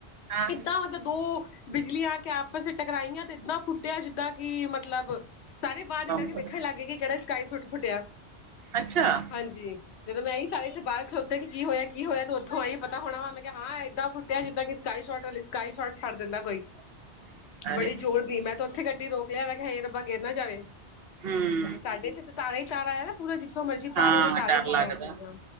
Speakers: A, on the right; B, on the left.
A: ਹਾਂ।
B: ਕਿਦਾਂ ਦੋ ਬਿਜਲੀਆਂ ਆ ਕੇ ਆਪਸ ਟਕਰਾਈਆਂ ਤੇ ਏਦਾਂ ਫੁੱਟਿਆ ਜਿੱਦਾਂ ਕਿ ਮਤਲਬ ਸਾਰੇ ਬਾਹਰ
A: ਬੰਬ
B: ਨਿਕਲ ਵੇਖਣ
A: ਫਟਿਆ।
B: ਲੱਗ ਗਏ ਕਿ ਸਕਾਈ ਸੁੱਟ ਫੁੱਟਿਆ
A: ਅੱਛਾ
B: ਹਾਂਜੀ। ਜਦੋਂ ਮੈਂ ਇ ਸਾਰੇ ਇੱਥੇ ਬਾਹਰ ਖਲੋਤੇ ਕਿ ਕੀ ਹੋਇਆ ਕੀ ਹੋਇਆ ਤੇ ਉੱਥੋਂ ਆਈ ਪ ਹੋਣਾ ਮੈਂ ਕਿਹਾ ਹਾਂ ਇੱਦਾਂ ਫੁੱਟਿਆ ਜਿੱਦਾਂ ਕਿ ਸਕਾਈ ਸ਼ੋਟ ਸਕਾਈ ਸ਼ੋਰਟ ਛੱਡ ਦਿੰਦਾ ਕੋਈ।
A: <inaudible> ਅਰੇ
B: ਬੜੀ ਜ਼ੋਰ ਦੀ ਮੈਂ ਤਾਂ ਉੱਥੇ ਗੱਡੀ ਰੋਕ ਲਿਆ ਮੈਂ ਕਿਹਾ ਰੱਬਾ ਗਿਰ ਨਾਂ ਜਾਵੇ।
A: ਹੂੰ
B: ਸਾਡੇ ਇਥੇ ਤਾਂ ਤਾਰਾ ਹੀ ਤਾਰਾ ਆ ਨਾ ਪੂਰਾ ਜਿੱਥੋਂ ਮਰਜ਼ੀ ਪਾਰੋਗੇ
A: ਹਾਂ
B: ਤਾਰਾਂ
A: ਡਰ
B: ਹੀ ਤਾਰਾ
A: ਲੱਗਦਾ।
B: ਪੂਰੀਆਂ।